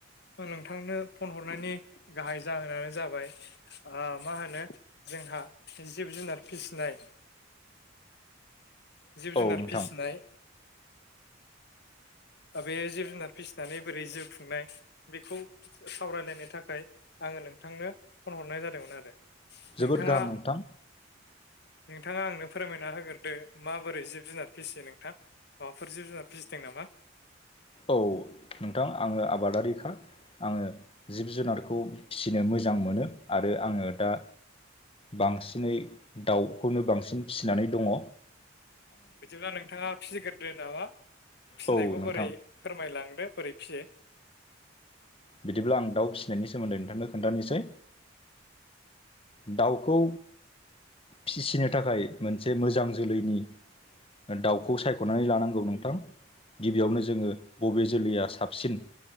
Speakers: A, on the left; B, on the left.
A: नोंथांनो फन हरनायनि गाहाय जाहोनानो जाबाय मा होनो जोंहा जिब जुनार फिसिनाय जिब
B: औ
A: जुनार
B: नोंथां
A: फिसिनाय बे जिब जुनार फिसिनानै बोरै जिउ खुंनाय बेखौ सावरायलायनो थाखाय आङो नोंथांनो फन हरनाय जादोंमोन आरो। नोंथाङा।
B: जोबोद गाहाम नोंथां
A: नोंथाङा आंनो फोरमायना होग्रोदो माबोरै जिब जुनार फिसियो नोंथां। माबाफोर जिब जुनार फिसिदों नामा।
B: औ नोंथां आङो आबादारिखा आङो जिब जुनारखौ फिसिनो मोजां मोनो आरो आङो दा बांसिनै दाउखौनो बांसिन फिसिनानै दङ
A: बिदिब्ला नोंथाङा फिसिग्रोदो नामा फिसिनायखौ
B: औ नोंथां
A: बोरै फोरमायलांदो बोरै फिसियो।
B: बिदिब्ला आं दउ फिसिनायनि सोमोन्दै नोंथांनो खोन्थानोसै। दाउखौ। फिसिनो थाखाय मोनसे मोजां जोलैनि दाउखौ सायख'नानै लानांगौ नोंथां। गिबियावनो जोङो बबे जोलैया साबसिन